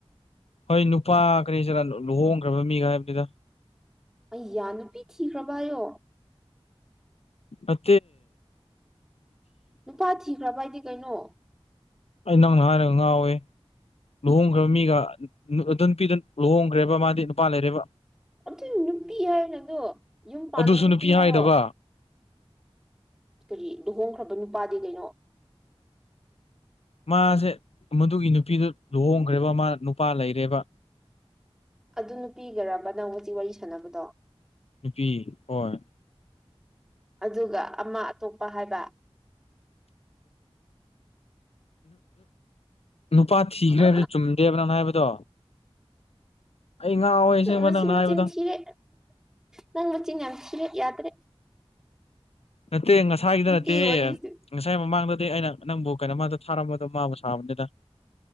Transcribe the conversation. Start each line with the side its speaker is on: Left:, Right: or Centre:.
Left: ꯍꯣꯏ ꯅꯨꯄꯥ ꯀꯔꯤꯁꯤꯔ ꯂꯨꯍꯣꯡꯈ꯭ꯔꯕ ꯃꯤꯒ ꯍꯥꯏꯕꯅꯤꯗ
Centre: ꯑꯩ ꯌꯥꯅꯄꯤ ꯊꯤꯈ꯭ꯔꯕꯌꯣ
Left: ꯑ
Centre: ꯅꯨꯄꯥ ꯊꯤꯈ꯭ꯔꯕꯏꯗꯤ ꯀꯩꯅꯣ
Left: ꯑꯩ ꯅꯪꯅ ꯍꯥꯏꯔꯒ ꯉꯥꯎꯋꯦ ꯂꯨꯍꯣꯡꯈ꯭ꯔꯕ ꯃꯤꯒ ꯑꯗꯨ ꯅꯨꯄꯤꯗꯨ ꯂꯨꯍꯣꯡꯈ꯭ꯔꯦꯕ ꯃꯥꯗꯤ ꯅꯨꯄꯥ ꯂꯩꯔꯦꯕ
Centre: ꯑꯗꯨ ꯅꯨꯄꯤ ꯍꯥꯏꯌꯣ ꯅꯗꯣ ꯌꯨꯝ ꯄꯥꯟꯕ
Left: ꯑꯗꯨꯁꯨ
Centre: ꯅꯨꯄꯤ ꯍꯥꯏꯌꯣ
Left: ꯍꯥꯏꯗꯕ
Centre: ꯀꯔꯤ ꯂꯨꯍꯣꯡꯈ꯭ꯔꯕ ꯅꯨꯄꯥꯗꯤ ꯀꯩꯅꯣ
Left: ꯃꯥꯁꯦ ꯃꯗꯨꯒꯤ ꯅꯨꯄꯤꯗꯨ ꯂꯨꯍꯣꯡꯈ꯭ꯔꯦꯕ ꯃꯥ ꯅꯨꯄꯥ ꯂꯩꯔꯦꯕ
Centre: ꯑꯗꯨ ꯅꯨꯄꯤꯒꯔꯕ ꯅꯪꯖꯤ ꯋꯥꯔꯤ ꯁꯥꯟꯅꯕꯗꯣ
Left: ꯄꯤ ꯍꯣꯏ
Centre: ꯑꯗꯨꯒ ꯑꯃ ꯑꯇꯣꯞꯄ ꯍꯥꯏꯕ
Left: ꯅꯨꯄꯥ ꯊꯤꯈ꯭ꯔꯦ
Centre: ꯑ
Left: ꯍꯥꯏꯕꯗꯨ ꯆꯨꯝꯗꯦꯕ ꯅꯪ ꯍꯥꯏꯕꯗꯣ ꯑꯩ ꯉꯥꯎꯋꯦ ꯑꯁꯦꯡꯕ
Centre: ꯃꯁꯤ
Left: ꯅꯪꯅ
Centre: ꯃꯆꯤꯟ
Left: ꯍꯥꯏꯕꯗꯣ
Centre: ꯊꯤꯔꯦ ꯅꯪ ꯃꯆꯤꯟ ꯌꯥꯝ ꯊꯤꯔꯦ ꯌꯥꯗ꯭ꯔꯦ
Left: ꯅꯠꯇꯦ ꯉꯁꯥꯏꯒꯤꯗ
Centre: ꯅꯨꯄꯤꯒꯤ
Left: ꯅꯠꯇꯦ
Centre: ꯋꯥꯔꯤꯁꯤ
Left: ꯉꯁꯥꯏ ꯃꯃꯥꯡꯗꯗꯤ ꯑꯩꯅ ꯅꯪꯕꯨ ꯀꯩꯅꯣ ꯃꯥꯗ ꯊꯥꯔꯝꯕꯗꯣ ꯃꯥꯕꯨ ꯁꯥꯕꯅꯤꯗ